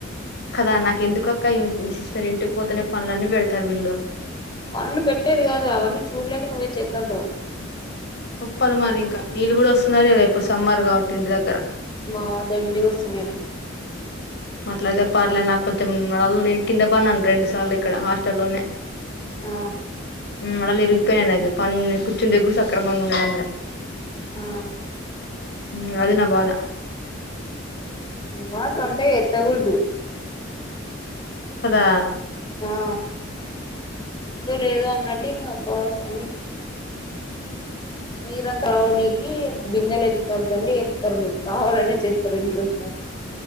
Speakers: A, on the left; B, on the left.
A: కదా నాకు ఎందుకక్క ఇ సిస్టర్ ఇంటికి పోతేనే పనులన్నీ పెడతారు వీళ్ళు
B: పంలు పెట్టేది కాదు అవన్నీ చూడలేక నువ్వే చేస్తుాంటావు.
A: తప్పదు మరి ఇంకా నీళ్ళు కూడా వస్తున్నారు లేదా ఇప్పుడు సమ్మర్ కాబట్టి ఇంటి దగ్గర
B: మా దండిగి వస్తున్నాయిలే
A: అట్లాతే పడలేను నాకు కొంచెం న నేను కింద పడినాను రెండు సార్లు ఇక్కడ హాస్టల్లోనే
B: ఆ
A: మలలెరు పోయినగ పన్న కుచ్చుండేగా గూడా సక్రమంగా ఉండదన్న
B: ఆ
A: హ అది నా బాధ
B: వాటర్ అంత ఎత్త కూడదు.
A: అదా
B: ఆ ఎందు లేదు అన్నట్టు ఇంగా ఉపవాసం అని మీరంతా రావనికి బిందెలు ఎత్తోదండి ఎత్తరు మీరు కావాలని చెస్తారు ఇంటికి వచ్చిన